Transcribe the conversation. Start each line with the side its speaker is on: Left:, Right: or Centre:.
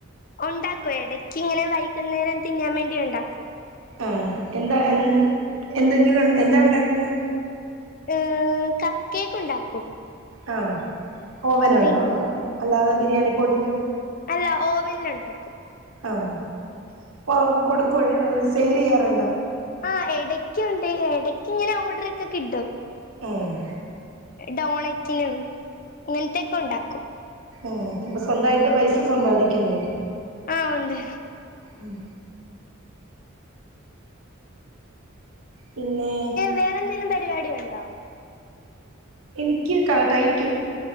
Left: ഉണ്ടാക്കും ഇടക്ക് ഇങ്ങനെ വൈകുന്നേരം തിന്നാൻ വേണ്ടി ഉണ്ടാക്കും
Right: ആഹ് എന്താ എൻ എന്തെങ്ങിലും എന്താ ഉണ്ടാക്കുന്നേ
Left: ഇഹ് കപ്പ് കേക്ക് ഉണ്ടാക്കും
Right: ആഹ് ഓവനുണ്ടോ
Left: പി
Right: അതോ അല്ലാതെ ബിരിയാണി പോട്ടില്
Left: അല്ല ഓവനിൽ ഉണ്ടാക്കും
Right: ആഹ് പ്പൊ കൊടുക്കുവോഴ് സെയിൽ ചെയ്യാറുണ്ടോ
Left: ആഹ് എടയ്ക്കുണ്ട് എടക്ക് ഇങ്ങനെ ഓർഡർ ഒക്കെ കിട്ടും
Right: എഹ്
Left: ഡോണറ്റിലും ഇങ്ങൻത്തെക്കെ ഉണ്ടാക്കും
Right: ഉം ഇപ്പം സ്വന്തായിട്ട് പൈസ സമ്പാദിക്കുന്നുണ്ട്
Left: ആഹ് ഉണ്ട്
Right: ഉം പിന്നെ
Left: വേറെ എന്തേലും പരിപാടി ഉണ്ടോ
Right: എനിക്ക് കാ തയ്ക്കും